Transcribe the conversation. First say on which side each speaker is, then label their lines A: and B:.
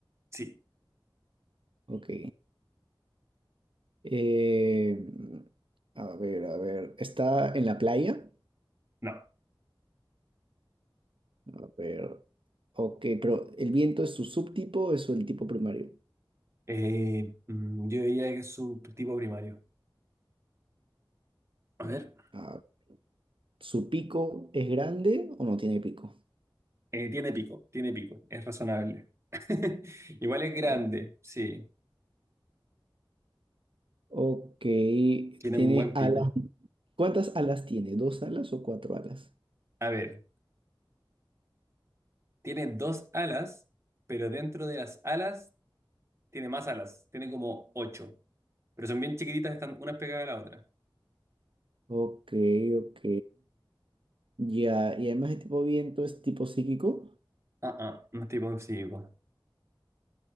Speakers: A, on the right; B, on the right.
A: Sí,
B: Ok. Eh, a ver, a ver. ¿Está en la playa?
A: no.
B: A ver. Ok, pero ¿el viento es su subtipo o es el tipo primario?
A: Eh, mm, yo diría que es su tipo primario. A ver.
B: Ah, ¿su pico es grande o no tiene pico?
A: Eh, tiene pico, tiene pico, es razonable. <laughs> Igual es grande,
B: O-
A: sí,
B: ok,
A: tiene
B: tiene
A: un buen
B: alas.
A: pico.
B: ¿Cuántas alas tiene? ¿Dos alas o cuatro alas?
A: A ver, tiene dos alas, pero dentro de las alas tiene más alas, tiene como ocho, pero son bien chiquititas, están unas pegadas a la otra.
B: Ok, ok. Ya, y además el tipo viento es tipo psíquico.
A: Ah, ah, no es tipo psíquico.